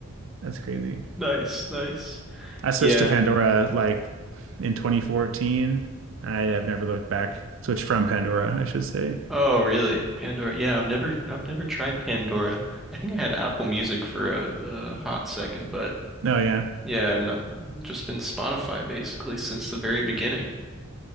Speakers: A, on the right; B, in the centre.
A: That's crazy.
B: Nice, nice.
A: I switched
B: Yeah.
A: to Pandora like in 2014. I have never looked back. Switched from Pandora, I should say.
B: Oh, really? Pandora. Yeah, I've never I've never tried Pandora. I think I had Apple Music for a, a hot second, but
A: Oh yeah.
B: yeah, no, just been Spotify basically since the very beginning.